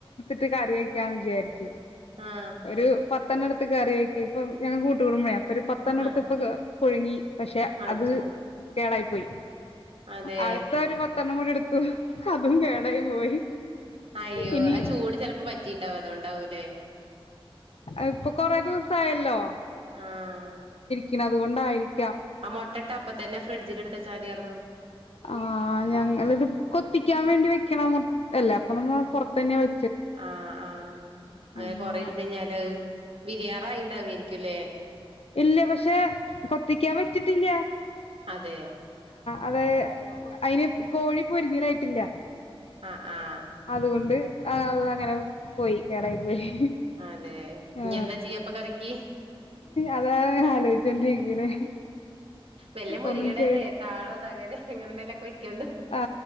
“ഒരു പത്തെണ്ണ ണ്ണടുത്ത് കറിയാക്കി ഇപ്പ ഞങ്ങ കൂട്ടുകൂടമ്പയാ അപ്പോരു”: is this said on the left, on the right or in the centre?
Left